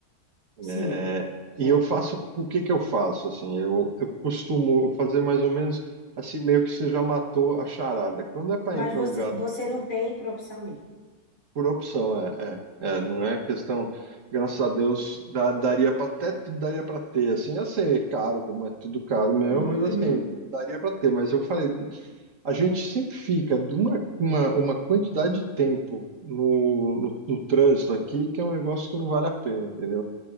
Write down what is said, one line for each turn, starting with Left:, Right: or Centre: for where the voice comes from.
Left: Sim,
Right: É,
Left: certo.
Right: e eu faço o que que eu faço assim, eu, eu costumo fazer mais ou menos assim meio que você já matou a charada. Quando é para
Left: Mas
Right: ir para
Left: você,
Right: um lugar
Left: você não tem por opção mesmo,
Right: por opção, é,
Left: certo?
Right: é, é, não é questão, graças a Deus, dá- daria para até daria para ter assim, ia ser caro, como é tudo caro mesmo,
Left: Uhum,
Right: mas
Left: uhum,
Right: assim, daria para ter, mas eu falei, a gente sempre fica de uma, uma, uma quantidade de tempo no, no, no trânsito aqui que é um negócio que não vale a pena, entendeu?